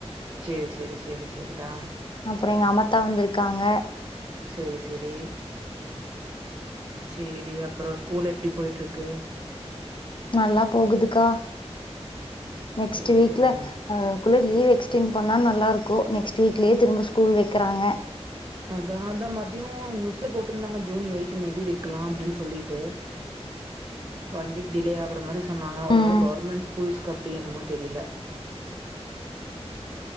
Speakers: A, on the right; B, on the left.
A: சேரி செரி செரி செரிடா
B: அப்புறோ எங்க அம்மத்தா வந்துருக்காங்க
A: செரி செரி சேரி அப்புறோ ஸ்கூல் எப்டி போயிட்டுருக்கு
B: நல்லா போகுதுக்கா நெக்ஸ்ட்
A: சரிடா.
B: வீக்ல அதுக்குள்ள லீவ் எக்ஸ்டென் பண் ணா நல்லா இருக்கு நெக்ஸ்ட் வீக்லேயே திரும்ப ஸ்கூல் வக்கிறாங்க
A: அதா அத மதியு நியூஸ்ல போட்ருந்தாங்க ஜூன் எய்ட் மே பி வக்கலாம் அப்டினு சொல்லிட்டு ஒன் வீக் டிலே ஆகுற மாரி சொன்னாங்க ஒரு
B: ம்
A: வேள கவுர்மெண்ட் ஸ்கூல்ஸ் கு அப்டி என்னமோ தெரியல